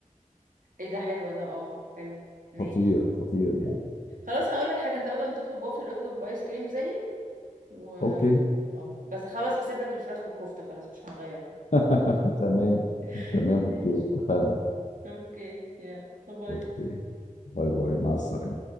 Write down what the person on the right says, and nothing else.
ايه ده حلوة ده اه حلو ماشي
خلاص انا اقول لك حاجة انت بدل ما تطلب وافل اطلب ايس كريم زيي و
اه بس خلاص هسيب لك الفراخ بالكفتة خلاص مش هنغير
<laughs>
ماشي
اوكي يلا باي
باي